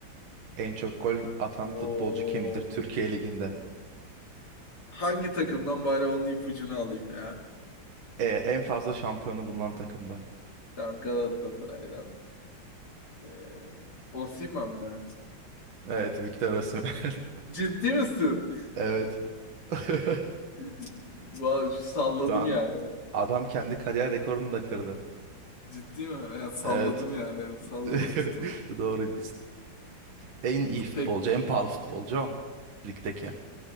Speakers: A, on the right; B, on the left.
A: En çok gol atan
B: Oo.
A: futbolcu kimdir Türkiye Ligi'nde?
B: Oo. Hangi takımdan bari onun ipucunu alayım ya?
A: Ee, en fazla şampiyonu bulunan takımdan.
B: Tamam Galatasaray'dan. Ee, Osimhen mi?
A: Evet, Victor Osimhen.
B: Ciddi misin?
A: <laughs> Evet. <laughs>
B: <laughs> Vallahi salladım
A: Şu an
B: yani.
A: adam kendi kariyer rekorunu da kırdı.
B: Ciddi mi? Ya salladım
A: Evet.
B: yani. Salladım
A: <laughs>
B: tutmuş.
A: Doğru. En iyi futbolcu,
B: Peki.
A: en pahalı futbolcu o. Ligdeki.